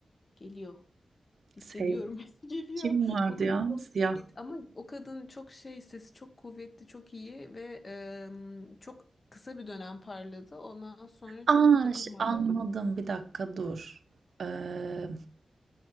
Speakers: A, on the left; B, on the right.
A: Geliyor.
B: <laughs>
A: Hissediyorum
B: Şey,
A: <laughs> geliyor.
B: kim vardı
A: Unuttum.
B: ya siyah?
A: Ama o kadın çok şey sesi çok kuvvetli çok iyi ve em, çok kısa bir dönem parladı. Ondan sonra
B: Aa
A: çok takılmadı.
B: ş- anladım bir dakika dur. Ee,